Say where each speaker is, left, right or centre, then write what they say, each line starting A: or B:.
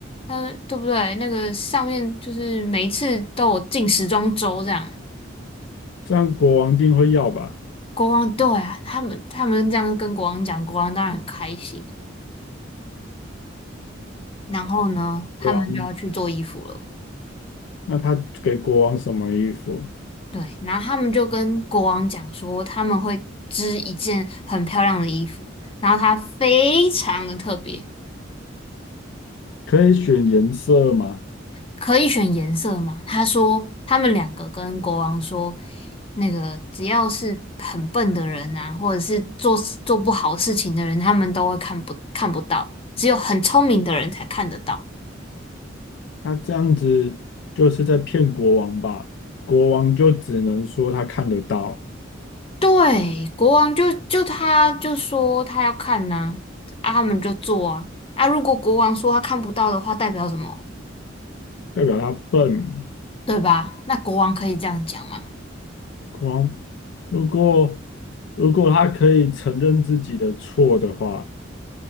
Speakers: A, on the left; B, on the left.
A: 他对不对？那个上面就是每一次都有进时装周这样。
B: 这样国王一定会要吧？
A: 国王对啊，他们他们这样跟国王讲，国王当然很开心啊。然后呢，他们就要去做衣服了。
B: 国王，那他给国王什么衣服？
A: 对，然后他们就跟国王讲说他们会织一件很漂亮的衣服，然后它非常的特别，
B: 可以选颜色吗？
A: 可以选颜色嘛？他说他们两个跟国王说，那个只要是很笨的人啊，或者是做做不好事情的人，他们都会看不看不到，只有很聪明的人才看得到。
B: 他这样子就是在骗国王吧？国王就只能说他看得到，
A: 对，国王就就他就说他要看呐、啊，他们就做啊。啊，如果国王说他看不到的话，代表什么？
B: 代表他笨。
A: 对吧？那国王可以这样讲吗？
B: 国王，如果如果他可以承认自己的错的话，